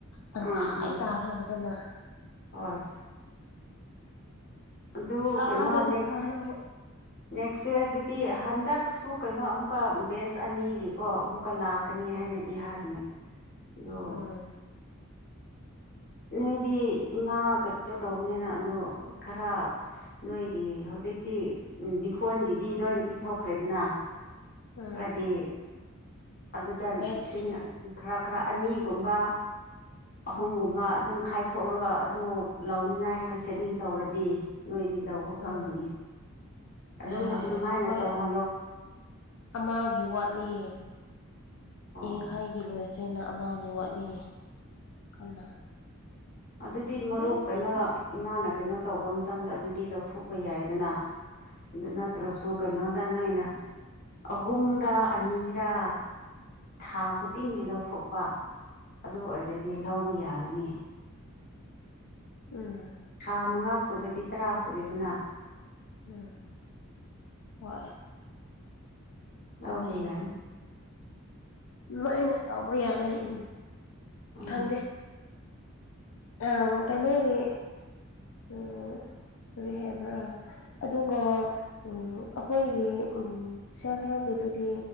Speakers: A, on the left; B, on the left.
A: ꯇꯪꯈꯥꯏ
B: ꯎꯝ ꯎꯝ
A: ꯇꯥꯈ꯭ꯔꯦ ꯐꯖꯅ꯫
B: ꯍꯣꯏ꯫ ꯑꯗꯨ
A: ꯂꯥꯎꯔꯕꯗꯤ
B: ꯀꯩꯅꯣ ꯅꯦꯛꯁ
A: ꯐꯒꯗꯧꯕ
B: ꯅꯦꯛꯁ ꯏꯌꯥꯔꯗꯗꯤ ꯍꯟꯗꯛꯁꯨ ꯀꯩꯅꯣ ꯑꯃꯨꯛꯀ ꯕꯦꯁ ꯑꯅꯤꯒꯤꯀꯣ ꯑꯃꯨꯛꯀ ꯂꯥꯛ ꯀꯅꯤ ꯍꯥꯏꯅꯗꯤ
A: ꯎꯝ
B: ꯍꯥꯏꯕꯅꯦ꯫ ꯑꯗꯣ
A: ꯎꯝ꯫
B: ꯅꯣꯏꯗꯤ ꯏꯃꯥ ꯀꯔꯤꯅꯣ ꯇꯧꯕꯅꯤꯅ ꯑꯗꯣ ꯈꯔ꯫ ꯅꯣꯏꯒꯤ ꯍꯧꯖꯤꯛꯇꯤ ꯗꯤꯈꯣꯟꯒꯤꯗꯤ ꯂꯣꯏꯅ ꯄꯤꯊꯣꯛꯈ꯭ꯔꯦꯗꯅ꯫
A: ꯎꯝ
B: ꯈꯔꯗꯤ ꯑꯗꯨꯗ ꯂꯤꯁꯤꯡ
A: ꯑꯦꯁ
B: ꯈꯔ ꯈꯔ ꯑꯅꯤꯒꯨꯝꯕ꯫ ꯑꯍꯨꯝꯒꯨꯝꯕ ꯑꯗꯨꯝ ꯈꯥꯏꯊꯣꯛꯔꯒ ꯑꯗꯨ ꯂꯧꯅꯤꯉꯥꯏ ꯍꯥꯏꯅ ꯁꯦꯚꯤꯡ ꯇꯧꯔꯗꯤ ꯅꯣꯏꯗꯤ ꯂꯧꯕ ꯐꯪꯒꯅꯤ
A: ꯎꯝ ꯑꯦ
B: ꯑꯗꯨꯝ ꯑꯗꯨꯝꯍꯥꯏꯅ
A: ꯑꯩꯈꯣꯏ
B: ꯇꯧꯍꯜꯂꯣ
A: ꯑꯃꯒꯤ ꯋꯥꯠꯂꯤ
B: ꯑꯣ
A: ꯌꯦꯡꯈꯥꯏꯒꯤ ꯂꯣꯏꯈ ꯇ꯭ꯔꯦꯅ ꯑꯃꯒꯤ ꯋꯥꯠꯂꯤ ꯀꯟꯅ
B: ꯑꯗꯨꯗꯤ ꯃꯔꯨꯞ
A: ꯍꯣꯔꯦꯟ
B: ꯀꯩꯅꯣ
A: ꯇꯥꯕꯤ
B: ꯏꯃꯥꯅ ꯀꯩꯅꯣ ꯇꯧꯕ ꯃꯇꯝꯗ ꯑꯗꯨꯗꯤ ꯂꯧꯊꯣꯛꯄ ꯌꯥꯏꯗꯅ ꯑꯗꯨ ꯅꯠꯇ꯭ꯔꯁꯨ ꯀꯩꯅꯣꯗ ꯅꯣꯏꯅ ꯑꯍꯨꯝꯔ ꯑꯅꯤꯔ ꯊꯥ ꯈꯨꯗꯤꯡꯒꯤ ꯂꯧꯊꯣꯛꯄ ꯑꯗꯨ ꯑꯣꯏꯔꯗꯤ ꯂꯧꯕ ꯌꯥꯒꯅꯤ
A: ꯎꯝ
B: ꯊꯥ ꯃꯉꯥ ꯁꯨꯔꯦꯗꯤ ꯇꯔꯥ ꯁꯨꯔꯦꯗꯨꯅ
A: ꯎꯝ ꯍꯣꯏ
B: ꯂꯧꯕ
A: ꯆꯨꯝꯃꯦ
B: ꯌꯥꯅꯤ
A: ꯂꯣꯏꯅ ꯇꯧꯕ ꯌꯥꯒꯅꯤ ꯎꯝ
B: ꯎꯝ
A: ꯈꯪꯗꯦ ꯑ ꯀꯩꯅꯣꯒꯤ ꯎ ꯀꯔꯤ ꯍꯥꯏꯕ꯭ꯔꯥ ꯑꯗꯨꯒ ꯑꯩꯈꯣꯏꯒꯤ ꯁꯦꯜꯐ ꯍꯦꯜꯞꯀꯤꯗꯨꯗꯤ